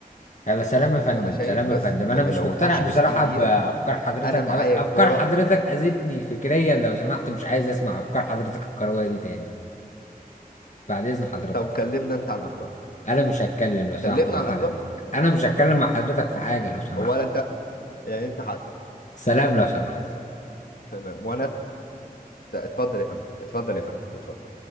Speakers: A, on the left; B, on the left.
A: هذا سلام يا
B: انا
A: فندم
B: شايف
A: سلام
B: بس
A: يا فندم
B: ان
A: انا مش
B: لو
A: مقتنع
B: الماتش
A: بصراحه
B: 90 دقيقة
A: بافكار حضرتك
B: انا معايا
A: آه،
B: الكرة
A: افكار حضرتك اذتني فكريا لو سمحت مش عايز اسمع افكار حضرتك الكرويه دي تاني بعد اذن حضرتك
B: طب كلمنا انت عن افكارك
A: انا مش هتكلم لو سمحت
B: كلمنا
A: مع
B: عن
A: حضرتك
B: افكارك
A: انا مش
B: اتفضل
A: هتكلم
B: يا باشا.
A: مع حضرتك في حاجه لو سمحت
B: هو ولا انت يعني انت حق.
A: سلام لو سمحت
B: تمام وانا لا، اتفضل يا فندم اتفضل يا فندم اتفضل